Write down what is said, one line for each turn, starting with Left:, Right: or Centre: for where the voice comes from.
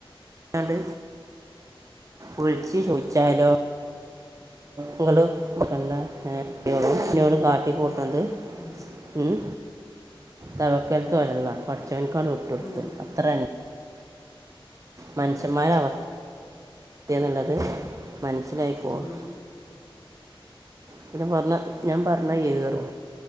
Right: ണ്ട് വിളിച്ചു ചോദിച്ചാലോ ങ്ങളും എന്താ കുട്ട്യാളും എന്നോട് കാട്ടിക്കൂട്ട- ത്
Left: ഉം
Right: ഉം. തവക്കൽത്തു അലല്ലാഹ് പട - <unintelligible> ചോന്ക് അട് വിട്ടോട്ത്
Left: ഉം
Right: അത്ര തന്നെ <unintelligible> മനുഷ്യന്മാരവാം ഇത്യ <unintelligible> എന്നുള്ളത് മനസ്സിലായിക്കോളും
Left: ഉം ഉം
Right: പിന്നെ പറഞ്ഞു ഞാൻ പറഞ്ഞാ
Left: ഉം
Right: ഏറും